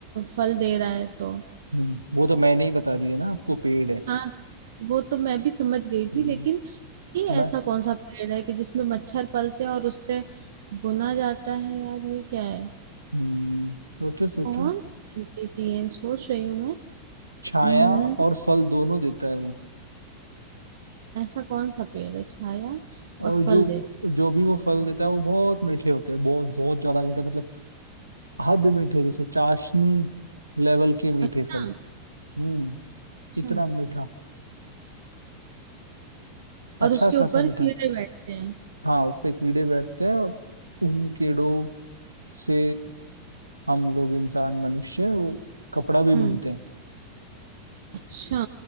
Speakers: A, on the right (about 60°); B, on the right (about 85°).
A: फल दे रहा है तो
B: हम्म। वो तो मैंने ही बता दिया ना आपको पेड़ है
A: हाँ वो तो मैं भी समझ गई थी
B: हम्म,
A: लेकिन ये
B: मैं
A: ऐसा कौन सा पेड़ है कि जिसमें मच्छर पलते हैं और उससे बुना जाता है यार ये क्या है
B: हम्म, सोचो सोचो
A: कौन से तरीके की है सोच रही हूँ मैं हम्म
B: छाया और फल दोनों देता है वो
A: ऐसा कौन सा पेड़ है छाया और
B: और जो
A: फल दे
B: जो भी वो फल देता है वो बहुत मीठे होते हैं बहुत बहुत ज्यादा मीठे मतलब हद मीठे जैसे चाशनी लेवल के मीठे
A: अच्छा
B: फल हम्म
A: अच्छा
B: इतना मीठा
A: और
B: अच्छा
A: उसके ऊपर
B: खासा
A: कीड़े
B: मीठा
A: बैठते हैं
B: हाँ उस पे कीड़े बैठते हैं और उन कीड़ों से हम लोग इंसान मनुष्य वो कपड़ा भी
A: हम्म
B: बुनते
A: अच्छा